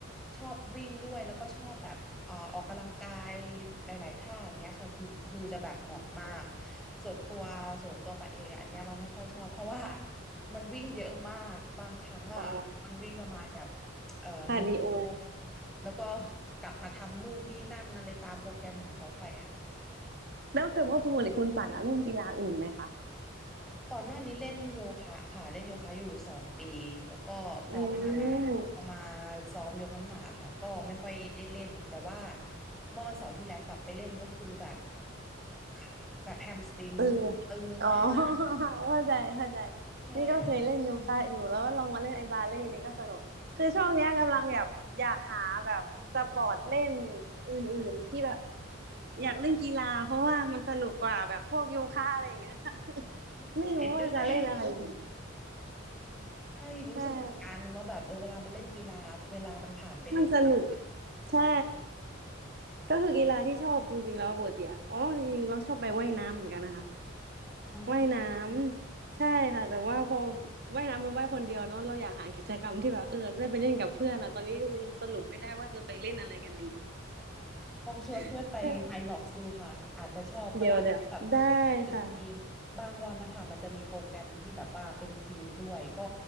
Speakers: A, in the centre; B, on the right.
A: ชอบวิ่งด้วยแล้วก็ชอบแบบเอ่อออกกำลังกายหลายๆท่าอย่างเงี้ยค่ะคือคือจะแบบเหมาะมากส่วนตัวส่วนตัวปัดเองอะอันเนี้ยมันไม่ค่อยชอบเพราะว่ามันวิ่งเยอะมากบางครั้งอ่ะมันวิ่งประมาณแบบ
B: อ๋อ
A: เอ่อหนึ่งกิโล
B: คาร์ดิโอ
A: แล้วก็กลับมาทำนู่นนี่นั่นอะไรตามโปรแกรมของเขาไปอะ
B: แล้วแต่ว่าปกติคุณป่านอะเล่นกีฬาอื่นไหมคะ
A: ก่อนหน้านี้เล่นโยคะค่ะเล่นโยคะอยู่สองปีแล้วก็พอมา
B: อืม
A: พอมาซ้อมยกน้ำหนักอะค่ะก็ไม่ค่อยได้เล่นแต่ว่าเมื่อวันเสาร์ที่แล้วกลับไปเล่นก็คือแบบขาแบบแฮมสตริง
B: เออ
A: ตึงมาก
B: อ๋อ <laughs> เข้าใจเข้าใจ
A: ใช่ตึงมาก
B: นี่ก็เคยเล่นโยคะอยู่แล้วก็ลองมาเล่นไอ้บาเล่นี่ก็สนุกคือช่วงเนี้ยกำลังแบบอยากหาแบบสปอร์ตเล่นอื่นๆที่แบบอยากเล่นกีฬาเพราะว่ามันสนุกกว่าแบบพวกโยคะอะไรอย่างเงี้ยค่ะ <laughs>
A: ที่เห็นด้วย
B: ไม่รู้ว่าจะเล่นอะไรดี
A: <laughs> ใช่รู้สึกเหมือนกันว่าแบบเออเวลามันเล่นกีฬาเวลามันผ่านไปเร็วมาก
B: ใช่มันสนุกใช่ ก็คือกีฬาที่ชอบจริงๆแล้วปกติอะอ๋อจริงๆเราชอบไปว่ายน้ำเหมือนกันนะคะ
A: อ๋อ
B: ว่ายน้ำใช่ค่ะแต่ว่าพอว่ายน้ำมันว่ายคนเดียวเนาะเราอยากหากิจกรรมที่แบบเออได้ไปเล่นกับเพื่อนอะตอนนี้คือยังสรุปไม่ได้ว่าจะไปเล่นอะไรกันดี
A: ลองชวนเพื่อนไปไฮล็อกซ์ดูค่ะอาจจะชอบก็ได้เพราะแบบ
B: <laughs> ใช่เดี๋ยวเดี๋ยวได้
A: เป็นทีมบางวันนะคะมันจะมีโปรแกรมที่แบบว่าเป็นทีมด้วยก็
B: ค่ะ